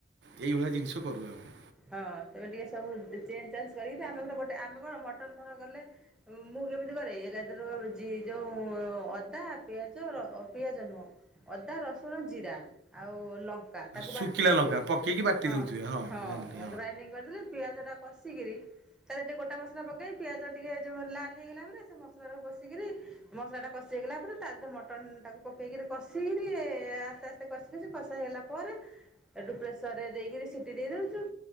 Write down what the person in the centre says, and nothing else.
ହଁ ତେମେ ଟିକେ ସବୁ ଚେଞ୍ଜ୍ ଚାଞ୍ କରିକି ଆମେ ଧର ଗୋଟେ ଆମେ କଣ ମଟନ୍ ଧର କଲେ ମୁଁ କେମିତି କରେ, ଏକାଥରକ ଜି ଯୋ ଯୋଉ ଅଦା ପିଆଜ ର ପିଆଜ ନୁହଁ। ଅଦା ରସୁଣ ଜିରା ଆଉ ଲ କା ତାକୁ
ବାଟିଦେଲି
ହଁ
ହଁ।
କରିଦେଲି ପିଆଜ ଟା କଷିକିରି ତାରେ ଟିକେ ଗୋଟା ମସଲା ପକେଇକି ପିଆଜ ଟିକେ ଯେଉଁ ଲାଲ ହୋଇଗଲା ପରେ ସେ ମସଲାଟାକୁ କଷିକିରି ମସଲା ଟା କଷି ହେଇଗଲା ପରେ ତାଦିହରେ ମଟନ ଟାକୁ ପକେଇକିରି କଷିକିରି ଆସ୍ତେ ଆସ୍ତେ ମିତି କଷି କଷି କଷା ହେଇଗଲା ପରେ ସେଠୁ ପ୍ରେସର ରେ ଦେଇକରି ସିଟି ଦେଇ ଦୋଉଚୁ।